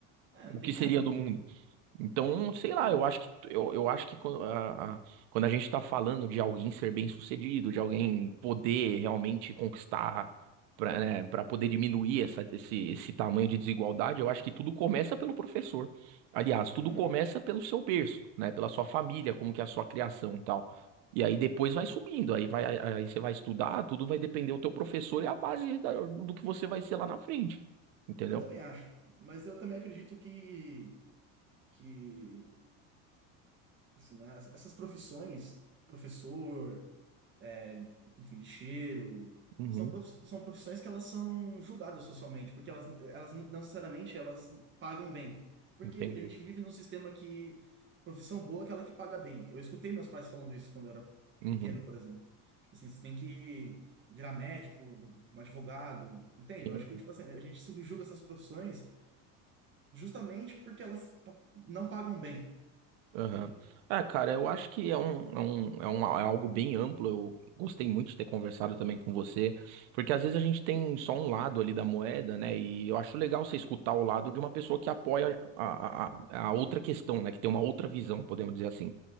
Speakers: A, on the right; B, on the right.
A: É, não
B: O
A: tem
B: que seria
A: como, né?
B: do mundo? Então,
A: Não
B: sei
A: tem
B: lá,
A: como.
B: eu acho que eu, eu acho que co- a- a- quando a gente tá falando de alguém ser bem-sucedido, de alguém poder realmente conquistar para, né, para poder diminuir essa, esse, esse tamanho de desigualdade, eu acho que tudo começa pelo professor. Aliás,
A: Eu
B: tudo
A: também
B: começa
A: acho.
B: pelo seu berço, né, pela sua família, como que é a sua criação e tal. E aí depois vai subindo, aí vai, aí você vai estudar, tudo vai depender do teu professor é a base da- do que você vai ser lá na frente. Entendeu?
A: Eu também acho. Mas eu também acredito que, que assim, né, essas profissões, professor, é, enfim, lixeiro.
B: Uhum,
A: São, prof- são profissões que elas são julgadas socialmente, porque elas, elas não necessariamente elas pagam bem. Porque
B: entendi.
A: a gente vive num sistema que profissão boa é aquela que paga bem. Eu escutei meus pais falando isso quando eu era
B: Uhum.
A: pequeno, por exemplo. Tipo assim, você tem que virar médico, um advogado, entende?
B: Sim.
A: Eu acho que tipo assim, a gente subjuga essas profissões justamente porque elas pa- não pagam bem,
B: Aham.
A: entende?
B: É, cara, eu acho que é um, é um, é um, é algo bem amplo. Eu gostei muito de ter conversado também com você, porque às vezes a gente tem só um lado ali da moeda, né? E eu acho legal você escutar o lado de uma pessoa que apoia a, a, a a outra questão, né? Que tem uma outra visão, podemos dizer assim.